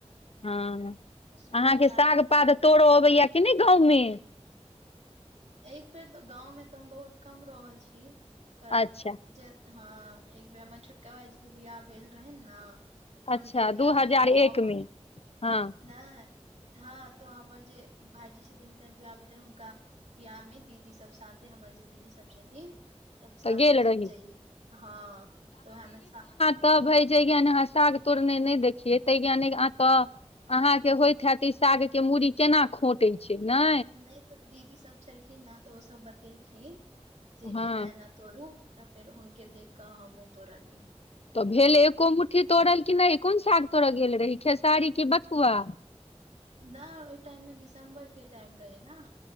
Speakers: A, on the left; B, on the right.
A: हँ
B: सुते
A: अहाँके
B: काल
A: साग
B: मे
A: पात
B: तऽ
A: तोड़ो अबैया कि नहि गाँवमे
B: एक बेेर तऽ गाँवमे तऽ हम बहुत कम रहल छि पर
A: अच्छा
B: जे हँ एक बेेर हमर छोटका भाईजी के बियाह भेल रहै ने तऽ
A: अच्छा
B: हुनके
A: दू
B: बियाहमे
A: हजार
B: हम
A: एक मे हँ
B: नहि हँ तअ हमर जे भाईजी छथिन काल्हि बियाह भेलै हुनका बियाह मे दीदी सब साथे हमर जे दीदी सब छथिन सब
A: तऽ
B: साथे
A: गेल
B: जइए
A: रही
B: हँ तो उहै मे
A: तब भाय जे जान अहाँ साग तोड़ने नहि देखियैतै नेहियाक आ तऽ अहां के होइत हैत ई साग के मूड़ी केना खोंटे छै ने
B: नहि तऽ दीदी सब छलखिन न तऽ ओ सब बतेलखिन जे
A: हँ
B: एना एना तोड़ू तऽ फेर हुनके देख कऽ हमहु तोड़लियै
A: तऽ भेल एको मुठ्ठी तोड़ल कि नहि कोन साग तोड़य गेल रही खेसारी की बथुआ
B: नै ओइ टाइम मे दिसम्बर के टाइम रहै ने